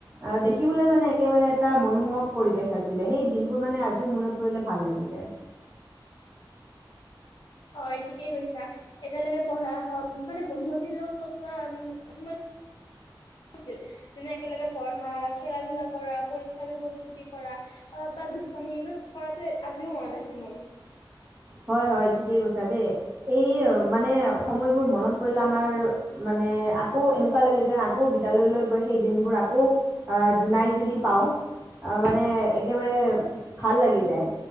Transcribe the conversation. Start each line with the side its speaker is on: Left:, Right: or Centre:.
Right: আ দেখিবলৈ মানে একেবাৰে এটা মনোমোহক পৰিৱেশ আছিলে। সেই দিনবোৰ মানে আজ এতিয়াও মনত পৰিলে ভাল লাগি যায়।
Left: হয় ঠিকেই কৈছা। একেলগে পঢ়া হওক মানে বন্ধু-বান্ধৱী লগত কটোৱা উ সময় আছিল। যেনে একেলগে পঢ়া, খেলা-ধূলা কৰা, পৰীক্ষালৈ প্ৰস্তুতি কৰা অ বা দুস্তামী এইবোৰ কৰাটো আজিও মনত আছে মোৰ।
Right: হয়, হয় ঠিকেই কৈছা দেই। এই মানে সময়বোৰ মনত পৰিলে আমাৰ মানে আকৌ এনেকুৱা লাগে যেন আকৌ বিদ্যালয়লৈ গৈ সেই দিনবোৰ আকৌ আ দুনাই যদি পাওঁ, অ মানে একেবাৰে ভাল লাগি যায়।